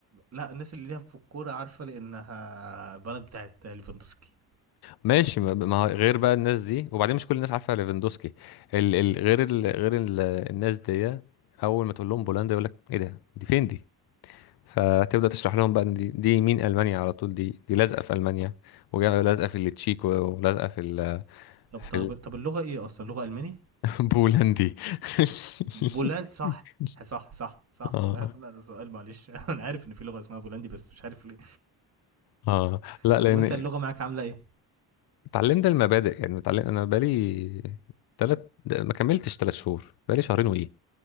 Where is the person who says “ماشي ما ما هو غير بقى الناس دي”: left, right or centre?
Left